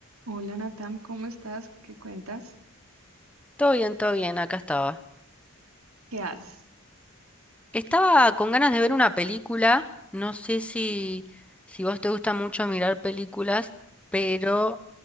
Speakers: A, on the right; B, in the centre.
A: Hola Natam, ¿cómo estás? ¿Qué cuentas?
B: Todo bien, todo bien, acá estaba.
A: ¿Qué haces?
B: Estaba con ganas de ver una película. No sé si, si vos te gusta mucho mirar películas, pero